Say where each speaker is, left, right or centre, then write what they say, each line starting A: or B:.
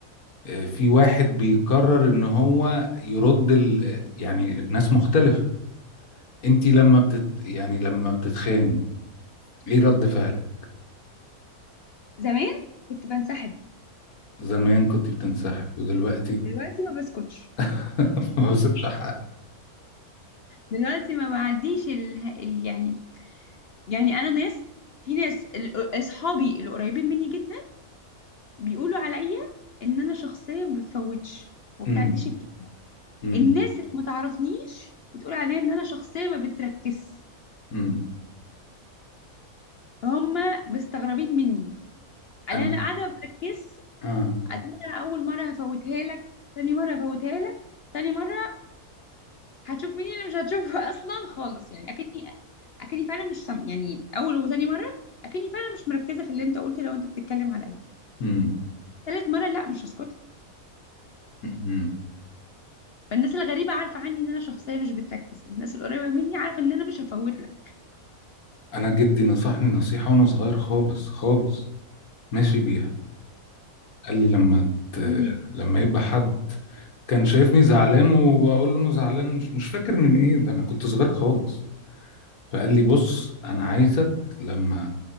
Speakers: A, on the left; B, on the left.
A: آه في واحد بيقرر ان هو يرد ال... يعني الناس مختلفة انتي لما بتت يعني لما بتتخاني ايه رد فعلك
B: زمان كنت بنسحب
A: زمان كنت بتنسحب ودلوقتي
B: دلوقتي ما بسكتش
A: <laughs> ما بسيبش حقك
B: دلوقتي ما بعديش ال... ال... يعني يعني انا ناس في ناس ال- اصحابي القريبين مني جدا بيقولوا عليا ان انا شخصيه ما بتفوتش وما
A: امم
B: بتعديش الكلام
A: امم
B: الناس اللي ما تعرفنيش بتقول عليا ان انا شخصيه ما بتركز
A: امم
B: فهم مستغربين مني على
A: أنا-
B: انا قاعده ما بركزش
A: اه
B: أدي انا اول مره هفوتها لك تاني مره هفوتها لك تاني مره هتشوف مين اللي مش هتشوفه <laughs> اصلا خالص يعني اكني اكني فعلا مش سم... يعني اول وتاني مره اكني فعلا مش مركزه في اللي انت قلته لو انت بتتكلم عليا
A: <laughs>
B: تالت مره لا مش هسكت لك
A: امم
B: فالناس الغريبه عارفه عني ان انا شخصيه مش بتركز الناس القريبه مني عارفه ان انا مش هفوت لك
A: انا جدي نصحني نصيحة وانا صغير خالص خالص ماشي بيها قال لي لما
B: <laughs>
A: ت...
B: هي
A: لما يبقى حد كان شايفني زعلان واقول له انه زعلان مش مش فاكر من ايه ده انا كنت صغير خالص فقال لي بص انا عايزك لما